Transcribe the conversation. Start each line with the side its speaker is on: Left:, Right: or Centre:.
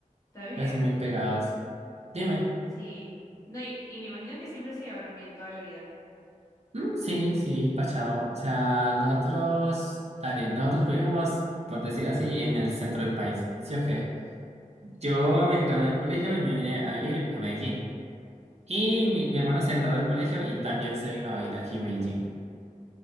Left: Está bien.
Right: pues muy pegados. Dime.
Left: Sí. No, y, y me imagino que siempre se llevaron bien toda la vida.
Right: Mm, Sí, sí, parchado. O sea, nosotros, dale, nosotros vivimos, por decir así, en el centro del país. ¿Sí o qué? Yo me gradué del colegio y me vine a vivir a Medellín. Y
Left: Ok.
Right: mi, mi hermano se graduó del colegio y también se vino a vivir aquí a Medellín.